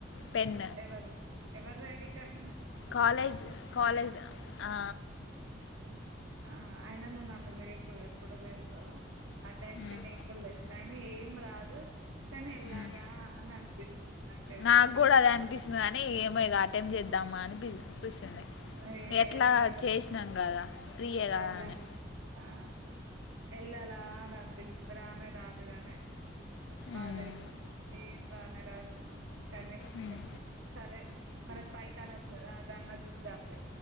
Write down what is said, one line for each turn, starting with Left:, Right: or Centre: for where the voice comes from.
Left: పెన్
Right: ఎవరు ఎవరిది ఐడి కార్
Left: కాలేజ్ కాలేజ్ ఆ ఆ
Right: ఆ అయినా నువ్వు నన్ను లేపు ఎప్పుడు లేస్తావు ఆ టైం
Left: ఉమ్,
Right: కి నీ కూడా లేస్తా ఆయిన ఏం రాదు కానీ ఎళ్ళాలా
Left: ఉమ్.
Right: అని అనిపిస్తుంది. నాకైతే
Left: నాకు కూడా అదే అనిపిస్తుంది కాని ఇగ ఏమో ఇగ అటెమ్ చేద్దామా అనిపి పిస్ చింది
Right: ఏ
Left: ఎట్లా
Right: నాకు అసలు
Left: చేసినాం కదా ఫ్రీయే కదా
Right: ఎలా
Left: అని
Right: ఆ ఎల్లాలా అని అనిపిస్తుంది రానే రాదుగానీ బాధ
Left: ఉమ్,
Right: అయితుంది ఏం రానే రాదు కానీ
Left: ఉమ్,
Right: ఎట్లీస్ట్ సరే మనకి పైతాన్ వచ్చు కదా అ దండ్ల చూద్దాంలే